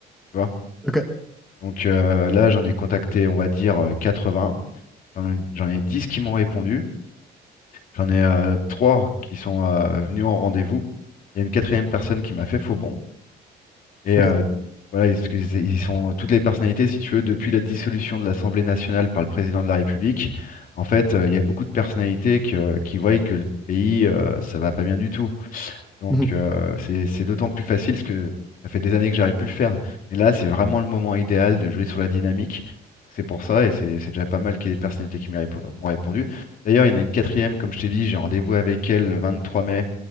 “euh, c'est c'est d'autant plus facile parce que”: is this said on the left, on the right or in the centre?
Left